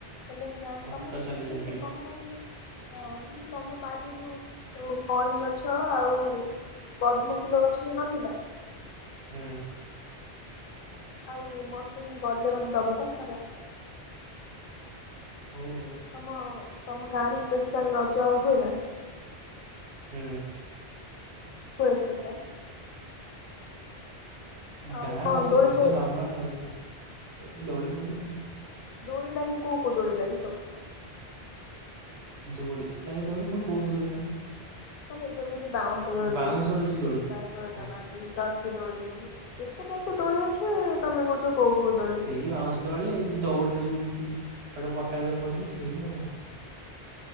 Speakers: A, on the left; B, on the right.
A: ହେଲେ ମୁଁ ଜାଣେ
B: ଫଟୋ
A: ତମ
B: ଛାଡ଼ିଲେ ଜାଣିପାରିବ।
A: ହୁଁ ହୁଁ ତମ ଏ ହଁ ସେ ଯୋଉ ତମ ବାଡ଼ି ରେ ଯୋଉ। ଆଉ କଇଁ ଗଛ ଆଉ ପଦ୍ମଫୁଲ ଗଛ ଯଉ ନଥିଲା।
B: ହୁଁ।
A: ଆଉ ମତେ ମୁଁ ଗଲେ ମତେ ଦବ ତ ହେଲା।
B: ହଉ ହଉ।
A: ତମ ତମ ଗାଁରେ ସ୍ପେଶାଲ ରଜ ହୁଏ ନା?
B: ହୁଁ।
A: କ ଆସିବ ସାର୍। ଆଉ
B: ଗାଁରେ କଣ ସେମିତି
A: ଦୋଳି ଫୋଳି
B: ତ ନର୍ମାଲ ହଉ କଣ ସେଇ ତ ଦୋଳି ପୋଡି ଏମିତି
A: ଦୌଳି ଲାଗେ କଉ ଦୌଡ଼ ଲାଗେ ସବୁ?
B: ଦଉଳି ଲାଗେ ଦୋଳି ପୁଣି କୋଉ କଉ ଦଳି ମାନେ?
A: ମାନେ ଯେମିତି ବାଉଁଶ ଦଳି
B: ବାଉଁଶର ଯୋଉ
A: କାର
B: ଦୋଳି।
A: ଦୋଳି
B: ହଁ
A: ନ୍ତି ଚର୍କି ଦୋଳି କେତେ ଟାଇପ ଦୋଳି ଅଛି ତମେ କହୁଛ କୋଉ କୋଉ ଦୋଳି
B: ସେଇ ବାଉଁଶ ଦଳି ଏଇ ଯୋଉ ଦଉଡିରେ ଯୋଉ ପଟା ଭଳିଆ ପଡିଥିବ ସେଇ ଆଉ।